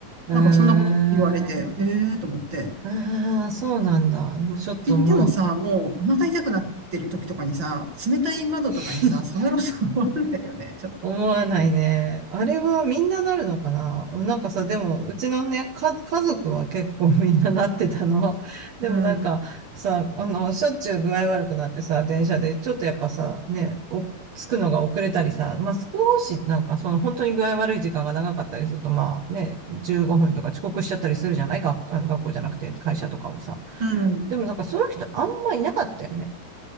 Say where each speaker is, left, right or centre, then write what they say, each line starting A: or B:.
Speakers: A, on the right; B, on the right.
A: えー、
B: なんかそんなこと言われて、へえーと思って。
A: ああ、そうなんだ。もうちょっともう
B: って言ってもさ、もうお腹痛くなってる時とかにさ、冷たい窓とかにさ、
A: <laughs>
B: 触ろうと思わないよね、ちょっと。
A: 思わないね。あれはみんななるのかななんかさ、でも、うちのね、か、家族は結構みんななってたの。<laughs> でもなんかさ、
B: うん、
A: あの、しょっちゅう具合悪くなってさ、電車で、ちょっとやっぱさ、ね、お、着くのが遅れたりさ、まあ、少し、なんかその本当に具合悪い時間が長かったりすると、まあね、15分とか遅刻しちゃったりするじゃない学、あの学校じゃなくて会社とかをさ。
B: うん、
A: でもなんかそういう人あんまいなかったよね。